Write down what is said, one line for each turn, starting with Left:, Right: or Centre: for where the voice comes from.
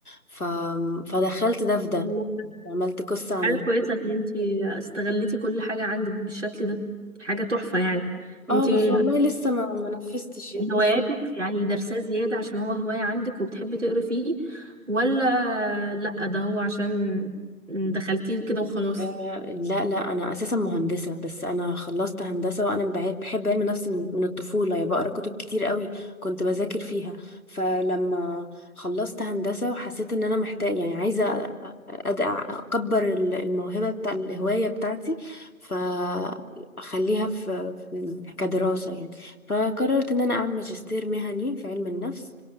Left: ف... فدخلت ده في ده
Right: والله.
Left: عملت قصه عن
Right: حاجة
Left: ال...
Right: كويسة ان انتي استغلتي كل حاجة عندك بالشكل ده دي حاجة تحفة يعني
Left: اه
Right: انتي
Left: بس والله لسه ما ما نفذتش يعني
Right: من هواياتك
Left: لسه
Right: يعني درساه زيادة عشان هو هواية عندك وبتحبي تقري فيه ولا لأ ده هو عشان دخلتيه كده وخلاص
Left: آه، لا لا انا اساسا مهندسه بس انا خلصت هندسه وانا بحب, بحب علم النفس من, من الطفوله يعني بقرا كتب كتير قوي كنت بذاكر فيها فلما خلصت هندسه وحسيت ان انا محتاج يعني عايزه أ- أد- اكبر ال- الموهبه بتاع الهوايه بتاعتي فاخليها في في- كدراسه يعني فقررت ان انا اعمل ماجستير مهني في علم النفس